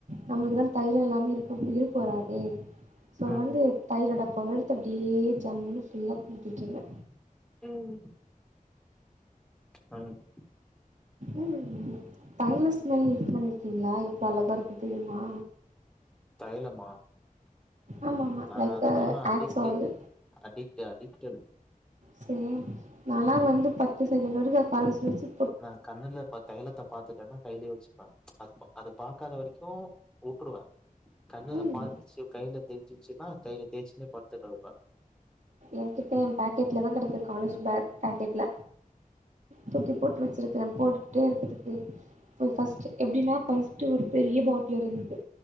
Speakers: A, on the right; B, in the centre.
A: நமக்குதா தைலோ இல்லாமே இருக்க இருக்க வராதே சோ
B: ம்
A: வந்து தைல டப்பாவ எடுத்து அப்டியே ஜம்முன்னு ஃபுல்லா பூத்திட்றுந்த
B: உம் <unintelligible>
A: ம் தைலோ ஸ்மெல் இது பண்ணிருக்கீங்களா எவ்ளோ அழகா இருக்கு தெரியுமா
B: தைலமா
A: ஆமா ஆமா
B: நா
A: லைக்
B: அதுக்குல்லா அடிக்ட்டு
A: ஆக்ஸ் ஆயில்
B: அடிக்ட்டு அடிக்டட்
A: செரி நால்லா அங்க வந்து பத்து செகண்ட் வெரிக்கோ காலேஜ்ல வெச்சு
B: நா கண்ணுல பாத் தைலத்த பாத்துட்டன்னா கைலயே வெச்சுப்பே அது அது பாக்காத வெரிக்கோ வுட்ருவே கண்ணுல
A: ம்
B: பாத்துச்சு கையில தேய்சுச்சுன்னா கையில தேய்சச்சுனே பத்துனுர்ப்ப
A: எ கிட்ட ஏ பேக்கெட்லதா கெடைக்குது காலேஜ் பேக் பேக்கெட்ல தூக்கி போட்டு வெச்சிருக்கறே போட்டுட்டே இருக்குதுக்கு போய் பஸ்ட்டூ
B: ம்
A: எப்டீன்னா பஸ்ட்டு ஒரு பெரீய பாட்டில் இருந்தது